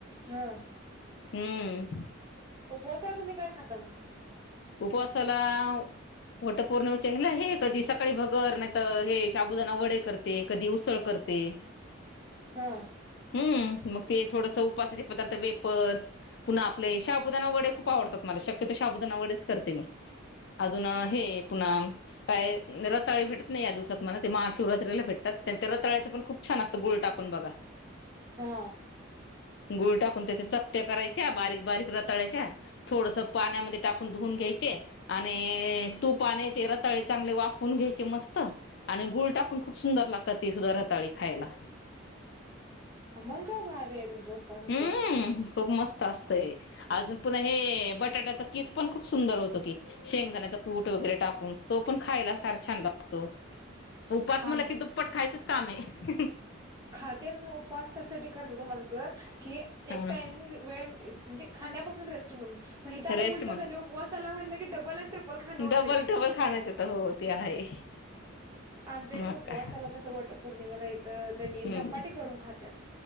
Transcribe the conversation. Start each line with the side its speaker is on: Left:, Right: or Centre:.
Right: हा.
Left: हम्म..
Right: उपवासाला तुम्ही काय खाता म...
Left: उपवासाला वट पौर्णिमाे ला हे.. कधी सकाळी भगर नाही तर हे शाबुदाना वडे करते कधी उसळ करते...
Right: हो...
Left: हम्म मग ते थोडस उपासाचे पदार्थ वेपर्स पुन्हा आपले शाबुदाना वडे खूप आवडतात मला शक्यतो शाबदूना वडेच करते मी... अजून हे पुन्हा काय रताळी भेटत नाही या दिवसात मला ते महाशिवरात्रीला भेटतात. नाहीतर रताळ्याचं पण खूप छान असतं गुळ टाकून बघा..
Right: का?
Left: गुळ टाकून त्याच्या चकत्या करायच्या बारीक बारीक रताळ्याच्या थोडस पाण्यामध्ये टाकु... धुवून घ्यायचे आणि तूप आणि ते रताळे चांगले वाफवुन घ्यायचे मस्त... आणि गुळ टाकून खूप सुंदर लागतात ती सुद्धा रताळी खायला...
Right: मग काय भारी आहे तुमच उपवासाचं...
Left: हम्म खूप मस्त असतय अजून पुन्हा हे बटाट्याचा किस.. पण खूप सुंदर होतो की शेंगदाण्याचा कूट वगैरे टाकून तो पण खायला फार छान लागतो...
Right: ह
Left: उपास
Right: आ
Left: म्हणलं की दुप्पट खायचंच काम आहे
Right: खातेस मग उपवास कशासाठी करतेस. मच कि एक
Left: हा
Right: टामिंग वेळ म्हणजे खाण्यापासून... रेस्ट म्हणून पण इथ आता
Left: रेस्ट
Right: उलट झालाय उपवासाला म्हणल कि डब्बल आणि ट्रिपल... खाणं होतंय.
Left: डब्बल डब्बल खाणेत येतात हो ते आहे...
Right: आमच्या इथ
Left: मग
Right: उपवासाला
Left: काय
Right: कस वट पौर्णिमेला इथ त्यांनी
Left: हम्म
Right: धपाटे करून खातात.